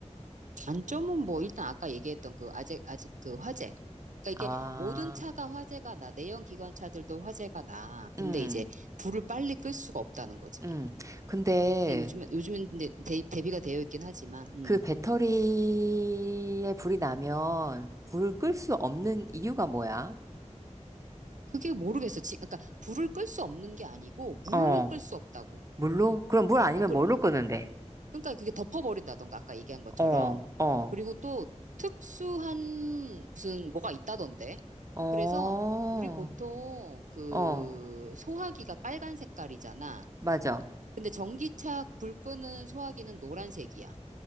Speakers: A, on the right; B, on the right.
A: 단점은 뭐, 일단 아까 얘기했던 그, 아직, 아직 그 화재. 그러니까
B: 아
A: 이게 모든 차가 화재가 나. 내연 기관차들도 화재가 나. 근데
B: 음,
A: 이제 불을 빨리 끌 수가 없다는 거지.
B: 음. 근데
A: 근데 요즘엔, 요즘엔 근데 대, 대비가 되어 있긴 하지만, 음.
B: 그 배터리에 불이 나면 불을 끌 수 없는 이유가 뭐야?
A: 그게 모르겠어. 지, 그러니까 불을 끌 수 없는 게 아니고 물로
B: 어.
A: 끌 수 없다고.
B: 물로? 그럼 물 아니면
A: 어, 그,
B: 뭘로 끄는데?
A: 그러니까 그게 덮어버린다던가 아까 얘기한 것처럼.
B: 어, 어,
A: 그리고 또 특수한 무슨 뭐가 있다던데.
B: 어,
A: 그래서 우리 보통 그
B: 어,
A: 소화기가 빨간 색깔이잖아.
B: 맞아.
A: 근데 전기차 불 끄는 소화기는 노란색이야.